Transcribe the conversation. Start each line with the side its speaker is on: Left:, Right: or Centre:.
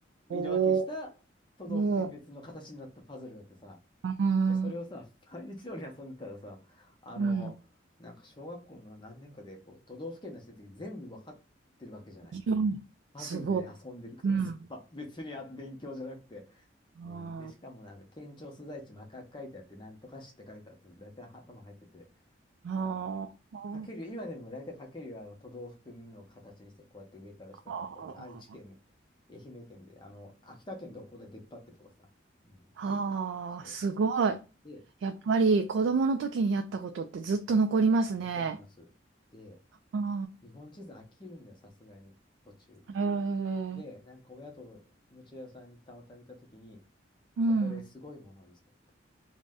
Left: 色分けした都道府県別の形になったパズルがあってさ、
Right: おお、もう、うん、
Left: で、それをさ、<laughs> 毎日のように遊んでたらさ、あの、
Right: うん。
Left: なんか小学校の何年かでこう都道府県出してる時全部分かってるわけじゃない。
Right: いや
Left: パズルで遊んでるからさ、
Right: すごい。うん。
Left: <laughs> 別にあ勉強じゃなくて。
Right: あー
Left: うん、で、しかもなんか県庁所在地真っ赤く書いてあって、なんとか市って書いてあって、だいたい頭入ってて、
Right: あー、
Left: うん。
Right: は
Left: かける、今でも大体かけるよ、あの都道府県の形にして、こうやって上から下からこうやって愛知県、
Right: あ、
Left: 愛媛県で、あの、秋田県どこで出っ張ってるとかさ。うん。
Right: はあー、
Left: そ
Right: すごい。
Left: う。で、
Right: やっぱり子供の時にやったことってずっと残りますね。
Left: 残ります。で、
Right: あ
Left: 日本地図飽きるんだよ、さすがに、途中で。
Right: あ、へ
Left: で、
Right: え、
Left: なんか親とおもちゃ屋さんにたまたま見たときに、
Right: うん。
Left: そこですごいものを見つけた。